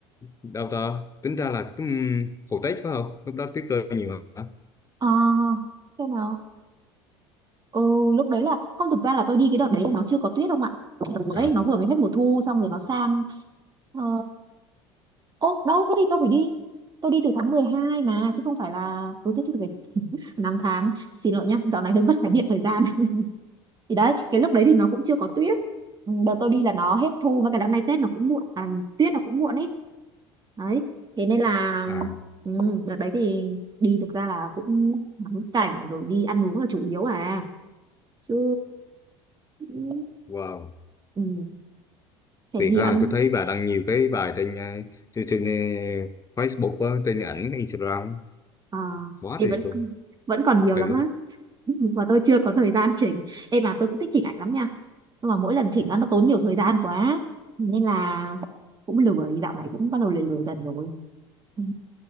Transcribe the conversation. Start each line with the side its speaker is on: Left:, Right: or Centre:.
Left: đâu ta tính ra là um, hồi Tết phải không lúc đó tuyết rơi nhiều hả
Right: À, xem nào. Ừ, lúc đấy là không thực ra là tôi đi cái đợt đấy là nó chưa có tuyết không ạ? Cái đợt
Left: à
Right: Đấy, nó vừa mới hết mùa thu xong rồi nó sang ờ ô đâu thế thì tôi phải đi. Tôi đi từ tháng 12 mà chứ không phải là ừ thế thì phải <laughs> 5 tháng. Xin lỗi nhá, dạo này hơi mất khái niệm thời gian. thì đấy cái lúc đấy thì nó cũng chưa có tuyết Ừ, đợt tôi đi là nó hết thu và cái năm nay Tết nó cũng muộn à, tuyết nó cũng muộn ấy đấy thế nên là
Left: à
Right: ừ, đợt đấy thì đi thực ra là cũng ngắm cảnh rồi đi ăn uống là chủ yếu à chứ ừ,
Left: wow
Right: ừ, trải
Left: tuyệt
Right: nghiệm
Left: ha tôi thấy bà đăng nhiều cái bài trên ờ, trên, trên ờ, Facebook á, trên ảnh Instagram
Right: ờ,
Left: quá
Right: thì
Left: tuyệt
Right: vẫn
Left: luôn
Right: vẫn còn nhiều
Left: ừ.
Right: lắm á <laughs> và tôi chưa có thời gian chỉnh em mà tôi cũng thích chỉnh ảnh lắm nha nhưng mà mỗi lần chỉnh á, nó tốn nhiều thời gian quá nên là cũng lười dạo này cũng bắt đầu lười lười dần rồi Ừ.